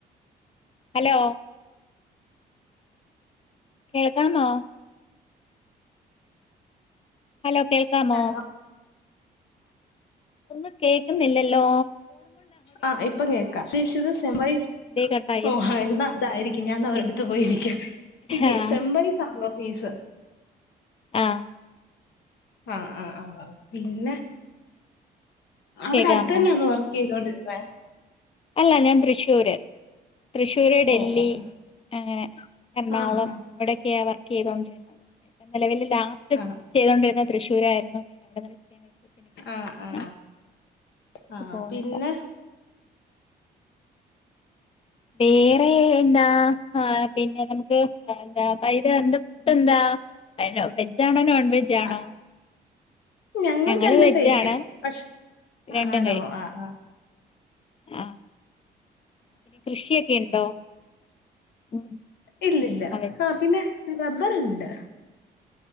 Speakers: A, on the left (about 35°); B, on the left (about 80°).
A: ഹലോ കേൾക്കാമോ. ഹലോ കേൾക്കാമോ
B: ഹലോ
A: ഒന്നും കേക്കുന്നില്ലല്ലോ
B: ആ ഇപ്പം കേൾക്കാം ചോയിച്ചത് <unintelligible>
A: ഇതേ കട്ടായി
B: ന്തായിരിക്കും ഞാൻ ന്നാ ഒരിടത്ത് പോയിരിക്കാ നിൽക്ക്
A: ആഹ്
B: സെമ് ബയ്സ് ആണല്ലോ ഫീസ്.
A: ആഹ്
B: ആഹ് ആഹ് ആഹ് പിന്നെ. അവിടെ
A: കേക്കാമോ
B: അടുത്ത തന്നെയാന്നോ വർക്ക് ചെയ്തോണ്ടിരുന്നേ <unintelligible>
A: അല്ല ഞാൻ തൃശ്ശൂര് തൃശ്ശൂര് ഡല്ലി
B: ഓ ഓ
A: അങ്ങനെ എറണാകുളം
B: ആഹാ
A: അവിടെയൊക്കെയാ വർ ക്ക് ചെയ്തോണ്ടിരുന്നത് നിലവിൽ. ലാസ്റ്റ്
B: ആ
A: ചെയ്തുകൊണ്ടിരുന്ന തൃശൂരായിരുന്നു പിന്നെ അവിടെ <unintelligible> <unintelligible> കയിച്ചു പിന്നെ ഇപ്പം
B: ആ
A: വീട്ടിലാണ്
B: ആ
A: ഇപ്പോ
B: ആ
A: പോണില്ല
B: പിന്നെ
A: വേറെ എന്താ ആഹ് പിന്നെ നമുക്ക് എന്താ അതായത് എന്താ ഫുഡ് എന്താ വെജആണോ നോൺ വെജാണോ
B: അ- ഞങ്ങൾ
A: ഞങ്ങള്
B: കണ്ടിട്ട്
A: വെജാണ്
B: കഴിക്കും പക്ഷെ
A: രണ്ടും
B: ആണോ
A: കഴിക്കും
B: ആഹ്ആഹ്
A: ആഹ് കൃഷിയൊക്കെ ഉണ്ടോ ഉം
B: ഇല്ലല്ല
A: ആഹ് അമ്മ വെച്ച
B: അഹ് പിന്നെ റബ്ബറ്ണ്ട്